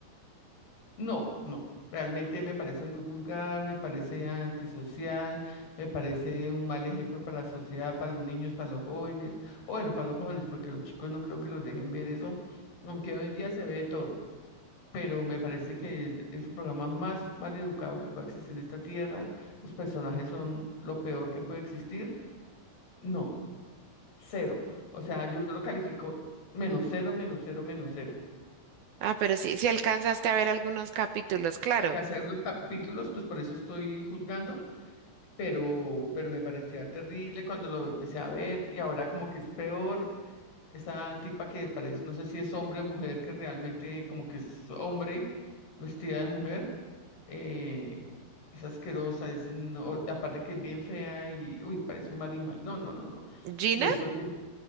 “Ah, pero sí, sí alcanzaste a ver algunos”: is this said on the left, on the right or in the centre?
Right